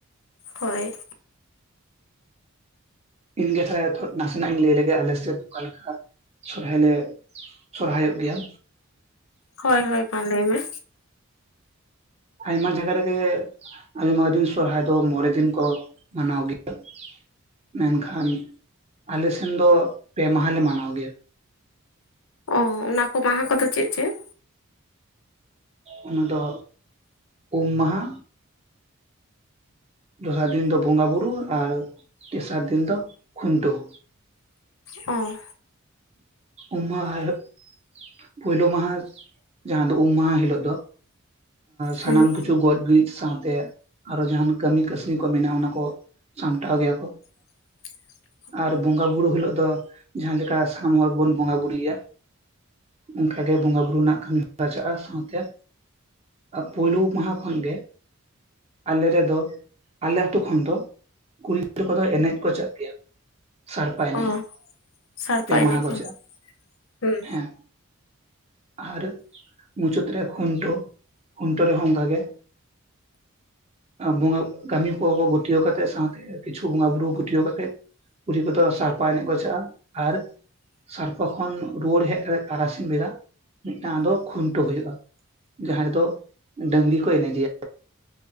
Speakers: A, on the left; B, on the right.
A: ᱦᱳᱭ
B: ᱤᱧ ᱜᱮ ᱱᱟᱥᱮᱱᱟᱜ ᱞᱟᱹᱭ ᱞᱮ ᱜᱮ ᱟᱞᱮᱥᱮᱜ ᱚᱠᱟ ᱞᱮᱠᱟ ᱥᱚᱨᱦᱟᱭ ᱞᱮ ᱥᱚᱨᱦᱟᱭᱚᱜ ᱜᱮᱭᱟ
A: ᱦᱳᱭ ᱦᱳᱭ ᱢᱟ ᱞᱟᱹᱭ ᱢᱮ
B: ᱟᱭᱢᱟ ᱡᱟᱜᱟ ᱨᱮᱜᱮ ᱟᱭᱢᱟ ᱫᱤᱱ ᱥᱚᱨᱦᱟᱭ ᱫᱚ ᱢᱚᱲᱮ ᱫᱤᱱ ᱠᱚ ᱢᱟᱱᱟᱣ ᱜᱮᱭᱟ ᱢᱮᱱᱠᱷᱟᱱ ᱟᱞᱮᱥᱮᱱ ᱫᱚ ᱯᱮ ᱢᱟᱦᱟᱞᱮ ᱢᱟᱱᱟᱣ ᱜᱮᱭᱟ
A: ᱚ ᱚᱱᱟ ᱠᱚ ᱢᱟᱦᱟ ᱠᱚᱫᱚ ᱪᱮᱫ ᱪᱮᱫ
B: ᱚᱱᱟ ᱫᱚ ᱩᱢ ᱢᱟᱦᱟ ᱫᱚᱥᱟᱨ ᱫᱤᱱ ᱫᱚ ᱵᱚᱸᱜᱟ ᱵᱩᱨᱩ ᱟᱨ ᱛᱮᱥᱟᱨ ᱫᱤᱱ ᱫᱚ ᱠᱷᱩᱱᱴᱟᱹᱣ
A: ᱚ
B: ᱩᱢᱟ ᱦᱟᱭ ᱦᱚᱜ ᱯᱩᱭᱞᱩ ᱢᱟᱦᱟ ᱡᱟᱦᱟᱸ ᱫᱚ ᱩᱢ ᱢᱟᱦᱟ ᱦᱤᱞᱳᱜ ᱫᱚ ᱥᱟᱱᱟᱢ
A: ᱦᱮᱸ
B: ᱠᱤᱪᱷᱩ ᱠᱤᱪᱷᱩ ᱜᱚᱡ ᱜᱤᱡ ᱥᱟᱶᱛᱮ ᱟᱨᱚ ᱡᱟᱦᱟᱱ ᱠᱟᱹᱢᱤ ᱠᱟᱹᱥᱱᱤ ᱠᱚ ᱢᱮᱱᱟᱜᱼᱟ ᱚᱱᱟ ᱠᱚ ᱥᱟᱢᱴᱟᱣ ᱜᱮᱭᱟ ᱠᱚ
A: <inaudible>
B: ᱟᱨ ᱵᱚᱸᱜᱟ ᱵᱩᱨᱩ ᱦᱤᱞᱳᱜ ᱫᱚ ᱡᱟᱦᱟᱸ ᱞᱮᱠᱟ ᱥᱟᱱᱟᱢ ᱦᱚᱲ ᱜᱮᱵᱚᱱ ᱵᱚᱸᱜᱟ ᱵᱩᱨᱩᱭᱟ ᱚᱱᱠᱟᱜᱮ ᱵᱚᱸᱜᱟ ᱵᱩᱨᱩ ᱨᱮᱱᱟᱜ ᱠᱟᱹᱢᱤ ᱪᱟᱜᱼᱟ ᱥᱟᱶᱛᱮ ᱯᱩᱭᱞᱩ ᱢᱟᱦᱟ ᱠᱷᱚᱱ ᱜᱮ ᱟᱞᱮ ᱨᱮᱫᱚ ᱟᱞᱮ ᱟᱹᱛᱩ ᱠᱷᱚᱱ ᱫᱚ ᱠᱩᱲᱤ ᱜᱤᱫᱽᱨᱟᱹ ᱠᱚᱫᱚ ᱮᱱᱮᱡ ᱠᱚ ᱪᱟᱜ ᱜᱮᱭᱟ ᱥᱟᱲᱯᱟ ᱮᱱᱮᱡ
A: ᱚ ᱥᱟᱲᱯᱟ
B: ᱯᱮ
A: ᱮᱱᱮᱡ
B: ᱢᱟᱦᱟ ᱠᱚ ᱪᱟᱜᱼᱟ
A: ᱦᱚᱸ
B: ᱦᱮᱸ ᱟᱨ ᱢᱩᱪᱟᱹᱫ ᱨᱮ ᱠᱷᱩᱱᱴᱟᱹᱣ ᱠᱷᱩᱱᱴᱟᱹᱣ ᱨᱮᱦᱚᱸ ᱚᱱᱠᱟ ᱜᱮ ᱵᱚᱸᱜᱟ ᱠᱟᱹᱢᱤ ᱠᱚᱣᱟ ᱠᱚ ᱜᱩᱴᱤᱭᱟᱹᱣ ᱠᱟᱛᱮ ᱥᱟᱶᱛᱮ ᱠᱤᱪᱷᱩ ᱵᱚᱸᱜᱟ ᱵᱩᱨᱩ ᱜᱩᱴᱤᱭᱟᱹᱣ ᱠᱟᱛᱮ ᱠᱩᱲᱤ ᱠᱚᱫᱚ ᱥᱟᱲᱯᱟ ᱮᱱᱮᱡ ᱠᱚ ᱪᱟᱜᱼᱟ ᱟᱨ ᱥᱟᱨᱯᱟ ᱠᱷᱚᱱ ᱨᱩᱣᱟᱹᱲ ᱦᱮᱡ ᱠᱟᱛᱮᱜ ᱛᱟᱨᱟᱥᱤᱧ ᱵᱮᱲᱟ ᱢᱤᱫᱴᱟᱝ ᱫᱚ ᱠᱷᱩᱱᱴᱟᱹᱣ ᱦᱩᱭᱩᱜᱼᱟ ᱡᱟᱦᱟᱸ ᱨᱮᱫᱚ ᱰᱟᱝᱨᱤ ᱠᱚ ᱮᱱᱮᱡᱮᱭᱟ